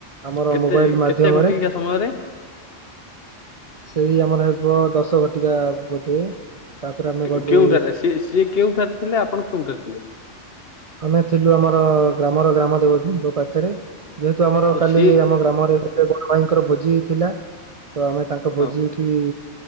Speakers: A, on the right; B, on the left.
A: ଆମର
B: କେତେ
A: ମୋବାଇଲ
B: କେତେ
A: ମାଧ୍ୟମରେ।
B: ଘଟିକା ସମୟରେ
A: ସେଇ ଆମର ହେବ ଦଶ ଘଟିକା ବୋଧେ। ତାପରେ ଆମେ
B: କେ
A: ଗଲୁ
B: କେଉଁଠାରେ ସେ ସି ସିଏ କେଉଁଠାରେ ଥିଲେ ଆପଣ କେଉଁଠାରେ ଥିଲେ?
A: ଆମେ ଥିଲୁ ଆମର ଗ୍ରାମର ଗ୍ରାମ ଦେବତୀଙ୍କ ପାଖରେ। ଯେହେତୁ ଆମର
B: ଆଉ
A: କାଲି
B: ସିଏ
A: ଆମ ଗ୍ରାମରେ ଗୋଟେ ବଡ ଭାଇଙ୍କର ଭୋଜି ଥିଲା। ତ ଆମେ ତାଙ୍କ
B: ହଁ
A: ଭୋଜିିକି